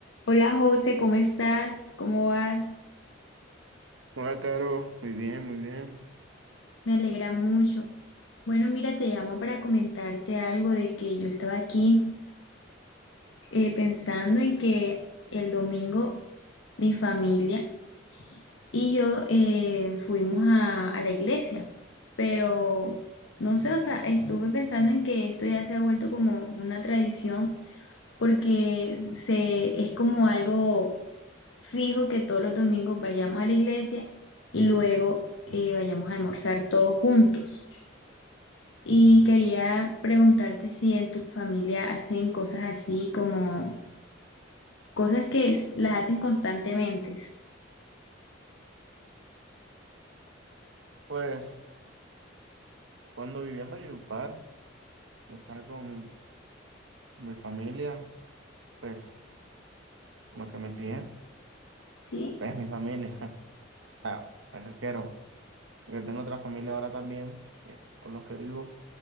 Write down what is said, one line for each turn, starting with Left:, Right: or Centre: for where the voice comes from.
Left: Hola José, ¿cómo estás? ¿Cómo vas?
Right: Hola, Caro. Muy bien, muy bien.
Left: Me alegra mucho. Bueno, mira, te llamo para comentarte algo de que yo estaba aquí eh, pensando en que el domingo mi familia y yo eh, fuimos a, a la iglesia, pero no sé, o sea, estuve pensando en que esto ya se ha vuelto como una tradición porque se, es como algo fijo que todos los domingos vayamos a la iglesia y luego eh, vayamos a almorzar todos juntos. Y quería preguntarte si en tu familia hacen cosas así como cosas que s- las hacen constantemente,
Right: Pues cuando vivía en Valledupar, yo estaba con, con mi familia, pues con la que me crié,
Left: ¿sí?
Right: pues mi familia, <laughs> ah, me refiero, porque tengo otra familia ahora también, eh, con los que vivo.